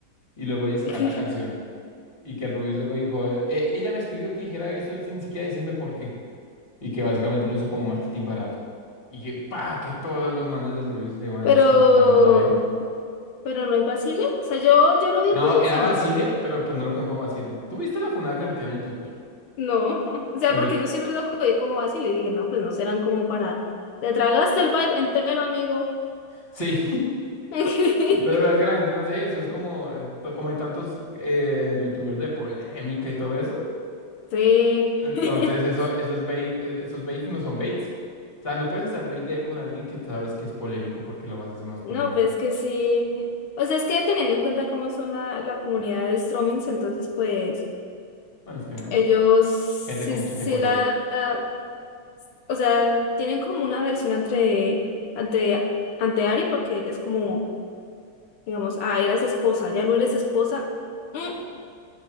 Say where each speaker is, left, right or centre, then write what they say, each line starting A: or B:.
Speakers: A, on the left; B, on the left.
A: y luego ella sacar
B: <laughs>
A: la canción. Y que el Rubius luego dijo, "Eh, ella me escribió que dijera eso sin siquiera decirme por qué. Y que básicamente lo usó como marketing barato. Y que, pa, que todos los manes del Rubius le van
B: Pero,
A: encima de la, de la vieja.
B: pero no es vacile, o sea, yo, yo lo vi
A: No,
B: por encima
A: era Basilia, pero pues no lo conozco como Basilia. ¿Tú viste la funada que le metieron en Twitter?
B: No, <laughs> o sea,
A: Me
B: porque
A: metí-
B: yo siempre lo cogí como así y le dije, no, pues no serán como para... Te tragaste el bite entero, amigo.
A: Sí,
B: <laughs>
A: Pero la verdad es que la gente no hace eso, es como, eh, to- como hay tantos eh, youtubers de polémica y todo eso.
B: Sí.
A: Entonces,
B: <laughs>
A: eso, esos bait, e- esos baits no son baits. O sea, no puedes hacer bait de- con alguien que sabes que es polémico porque lo vas a hacer más polémico.
B: No, pues que sí. O sea, es que teniendo en cuenta cómo son la, la comunidad de Stromings, entonces pues
A: Bueno, es que mm,
B: ellos sí,
A: gente con mucho
B: sí
A: tiempo
B: la,
A: libre.
B: la- o sea, tienen como una versión entre, entre, ante Ari, porque ella es como, digamos, ah, eras esposa, ya no eres esposa. Mm,